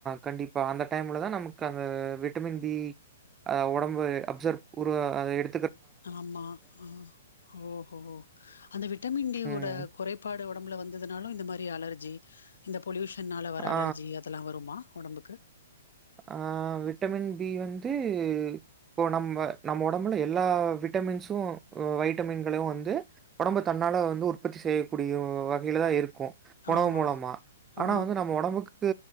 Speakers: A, on the right; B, on the left.
A: கண்டிப்பா அந்த டைம்லதா நமக்கு அந்த ந்த விட்டமின் டி அ ஒடம்பு அப்ஜர் உருவ அத எடுத்
B: ஆமா ஹ ஓஹோ அந்த விட்டமின் டி
A: ம்.
B: யோட கொறைபாடோ ஒடம்புல வந்துதுனாலு இந்த மாரி அலர்ஜி இந்த பொல்யூஷன்னால வர
A: ஆ,
B: அலர்ஜி அதெல்லா வருமா ஒடம்புக்கு
A: அ விட்டமின் டி வந்து இப்போ நம்ம நம்ம ஒடம்புல எல்லா விட் விட்டமின்சு ஒ வைட்டமின்களு வந்து ஒடம்பு தன்னால வந்து உற்பத்தி செய்யக்கூடிய வகைல தா இருக் க்கு உணவு
B: ஆமா
A: மூலமா
B: ஆ
A: ஆனா வந்து நம்ம ஒடம்புக்கு